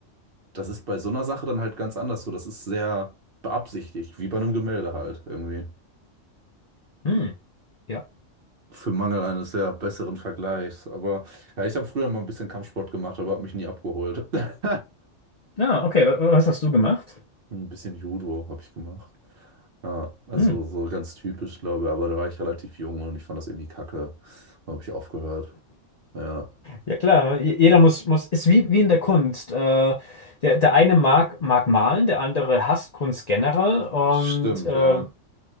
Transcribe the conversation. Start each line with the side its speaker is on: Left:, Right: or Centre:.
Right: Das ist bei so einer Sache dann halt ganz anders so. Das ist sehr beabsichtigt, wie bei einem Gemälde halt irgendwie.
Left: Hm, ja.
Right: für Mangel eines sehr besseren Vergleichs. Aber ja, ich habe früher mal ein bisschen Kampfsport gemacht, aber habe mich nie abgeholt. <laughs>
Left: Ja, okay. wa- Was hast du gemacht?
Right: Ein bisschen Judo habe ich gemacht. Ja, also
Left: Hm.
Right: so ganz typisch, glaube ich. Aber da war ich relativ jung und ich fand das irgendwie kacke. Da habe ich aufgehört. Ja,
Left: Ja klar, ne? je- jeder muss, muss, ist wie, wie in der Kunst. Äh, der, der eine mag, mag malen, der andere hasst Kunst generell und
Right: stimmt,
Left: äh,
Right: ja.